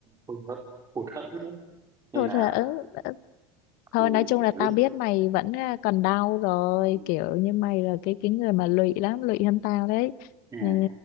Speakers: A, on the right (about 20°); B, on the left (about 60°).
A: hụt hẫng hụt hẫng đấy nên
B: thôi
A: là
B: là ừ, ừ. thôi
A: ừ,
B: nói chung
A: kiểu
B: là
A: lúc
B: tao biết mày vẫn à, còn đau rồi
A: ừ,
B: kiểu như mày là cái cái người mà lụy lắm lụy hơn tao đấy
A: ừ,
B: Ừ,